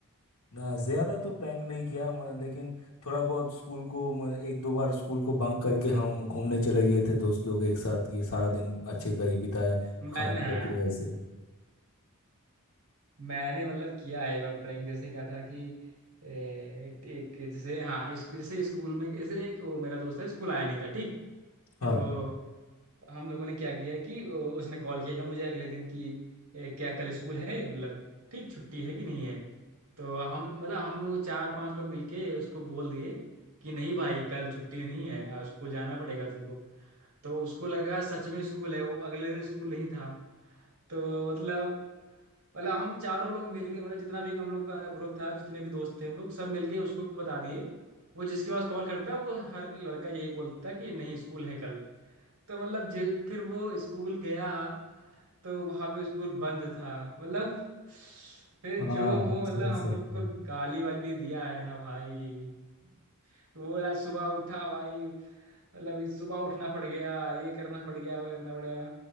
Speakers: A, on the left; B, on the right.
A: ना ज्यादा तो प्रैंक नहीं किया म- लेकिन थोड़ा बहुत स्कूल को म- एक दो बार स्कूल को बंक करके हम घूमने चले गए थे दोस्त लोग एक साथ ये सारा दिन अच्छे का ही बिताए
B: मैंने
A: खाना पीना
B: हाँ
A: किया ऐसे
B: मैंने मतलब किया है वह प्रैंक जैसे क्या था कि ए, एक जैसे हाँ इसको जैसे स्कूल में जैसे एक वो मेरा दोस्त है स्कूल आया नहीं था ठीक
A: हाँ
B: तो हम लोगों ने क्या किया कि ओ, उसने कॉल किया मुझे अगले दिन कि ए, क्या कल स्कूल है मतलब ठीक छुट्टी है कि नहीं है तो हम मतलब हम लोग चार पांच लोग मिलके उसको बोल दिए कि नहीं भाई कल छुट्टी नहीं है आ, स्कूल जाना पड़ेगा तुमको तो उसको लगा सच में स्कूल है वो अगले दिन स्कूल नहीं था तो मतलब मतलब हम चारों लोग मिल के मतलब जितना भी हम लोग का ग्रुप था जितने भी दोस्त थे हम लोग सब मिलके उसको बता दिए वो जिसके पास कॉल करता वो हर लड़का यही बोलता कि नहीं स्कूल है कल तो मतलब जे- फिर वो स्कूल गया तो वहाँ पे स्कूल बंद था मतलब फिर
A: हाँ
B: जो वो
A: समझ
B: मतलब हम
A: सकते
B: लोग
A: हैं
B: को गाली वाली दिया है ना भाई पूरा सुबह उठा भाई मतलब इस सुबह उठना पड़ गया ये करना पड़ गया वो करना पड़ गया